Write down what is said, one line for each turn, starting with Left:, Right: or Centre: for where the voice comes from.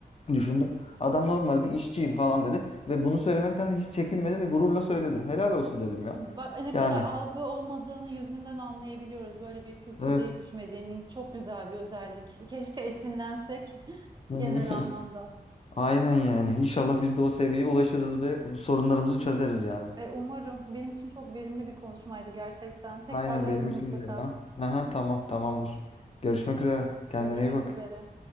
Left: düşündüm. Adam normal bir işçiyim falan dedi ve bunu söylemekten de hiç çekinmedi ve gururla söyledi. Helal olsun dedim ya.
Right: Bak ne
Left: Yani
Right: kadar algı olmadığını yüzünden anlayabiliyoruz. Böyle bir kültürde
Left: evet.
Right: yetişmediğinin çok güzel bir özellik. Keşke esinlensek <laughs>
Left: Hı hı.
Right: genel
Left: <laughs>
Right: anlamda.
Left: Aynen yani. İnşallah biz de o seviyeye ulaşırız ve bu sorunlarımızı çözeriz yani.
Right: E, umarım. Benim için çok verimli bir konuşmaydı gerçekten. Tekrarlayalım
Left: Aynen benim
Right: mutlaka.
Left: için de ya. Aha, tamam tamamdır. Görüşmek üzere. Kendine
Right: Görüşmek
Left: iyi bak.
Right: üzere.